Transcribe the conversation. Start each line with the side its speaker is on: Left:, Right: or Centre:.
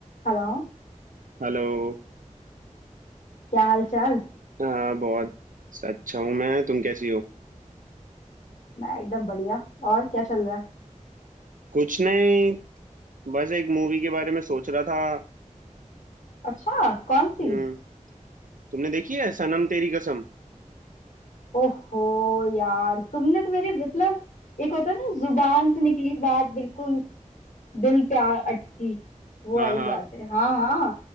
Left: हेलो
Right: Hello
Left: क्या हाल चाल
Right: हाँ बहुत अच्छा हूँ मैं तुम कैसी हो
Left: मैं एकदम बढ़िया और क्या चल रहा है
Right: कुछ नहीं बस एक मूवी के बारे में सोच रहा था
Left: अच्छा कौन सी
Right: हम्म तुमने देखी है सनम तेरी कसम
Left: ओहो यार तुमने तो मेरी मतलब एक होता है ना जुबान से निकली बात बिल्कुल दिल पे आ अटकी वो
Right: हाँ
Left: वाली
Right: हाँ
Left: बात है हाँ हाँ